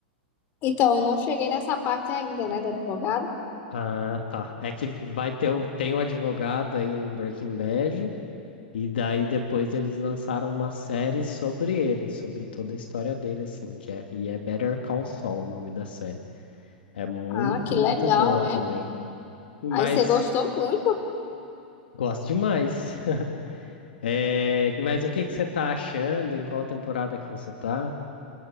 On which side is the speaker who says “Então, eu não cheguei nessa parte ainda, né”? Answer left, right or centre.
Left